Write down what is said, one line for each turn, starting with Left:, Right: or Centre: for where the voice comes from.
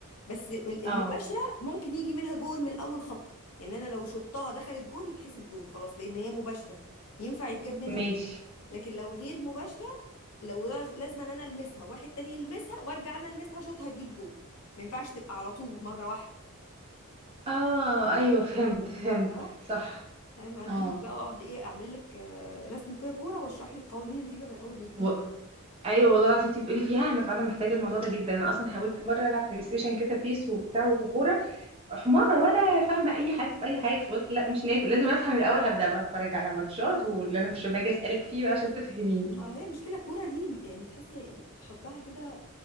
Left: بس ال- المباشرة
Right: اه
Left: ممكن يجي منها جون من أول خبطة يعني أنا لو شطها دخلت جون يتحسب جون خلاص لأن هي مباشرة ينفع يتجاب منها
Right: ماشي
Left: جون لكن لو غير مباشرة لو لاز- لازم أنا ألمسها واحد تاني يلمسها وأرجع أنا ألمسها شوطها تجيب جون ما ينفعش تبقى على طول مرة واحدة
Right: اه ايوه فهمت فهمت
Left: فهمتي بقى
Right: صح
Left: لازم أجيبك
Right: اه
Left: بقى وأقعد إيه أعمل لك آه، رسم كده كورة وأشرح لك قوانين الفيفا من أول وجديد
Right: و... ايوه والله العظيم انت بتقولي فيها انا فعلا محتاجه الموضوع ده جدا انا اصلا حاولت مره العب بلاي ستيشن كده بيس وبتاع وكوره حمارة ولا فاهمة أي حاجة في أي حاجة فقلت لا مش نافع لازم أفهم الأول هبدأ بقى أتفرج على ماتشات واللي أنا مش ما أجي أسألك فيه بقى عشان تفهميني
Left: ما هي المشكلة الكورة دي يعني تحسي حبها كده